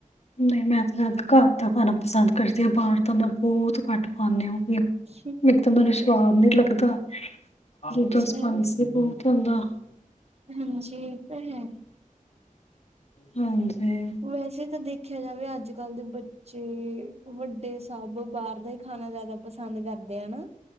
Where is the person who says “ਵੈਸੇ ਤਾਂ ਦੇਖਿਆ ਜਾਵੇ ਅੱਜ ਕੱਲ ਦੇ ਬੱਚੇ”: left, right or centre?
Right